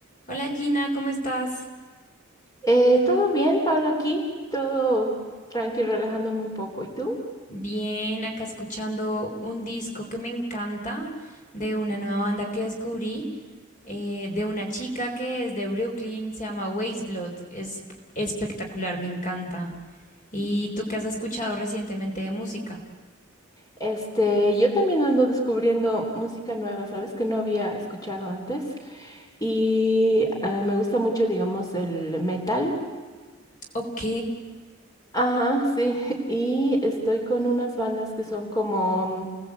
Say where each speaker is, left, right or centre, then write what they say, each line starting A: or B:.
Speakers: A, on the left; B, on the left.
A: Hola Gina, ¿cómo estás?
B: Eh, todo bien, Pablo, aquí, todo tranqui, relajándome un poco. ¿Y tú?
A: Bien, acá escuchando un disco que me encanta de una nueva banda que descubrí, eh, de una chica que es de Brooklyn, se llama Blood, Es espectacular, me encanta. ¿Y tú qué has escuchado recientemente de música?
B: Este, yo también ando descubriendo música nueva, ¿sabes? Que no había escuchado antes. Y ah, me gusta mucho, digamos, el metal.
A: Ok,
B: Ajá, sí, <laughs> y estoy con unas bandas que son como mm,